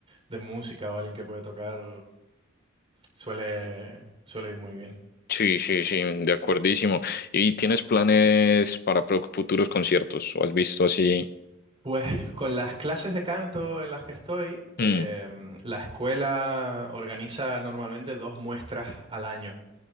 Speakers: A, on the right (about 30°); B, on the left (about 45°).
A: de música o alguien que puede tocar, suele, suele ir muy bien.
B: Sí, sí, sí, de acuerdísimo. ¿Y tienes planes para pro- futuros conciertos? ¿O has visto así?
A: Pues con las clases de canto en las que estoy, em,
B: Mm,
A: la escuela organiza normalmente dos muestras al año.